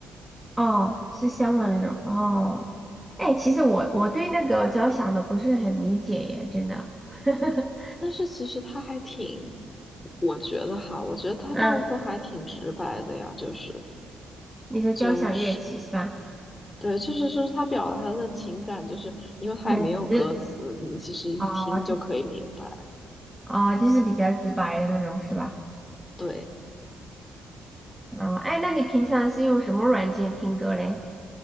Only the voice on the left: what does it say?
但是其实它还挺，我觉得哈，我觉得它大部分还挺直白的呀，
就是
就是对，就是就是他表达他的情感，就是因为他也没有歌词，
你其实一听就可以明白。
对，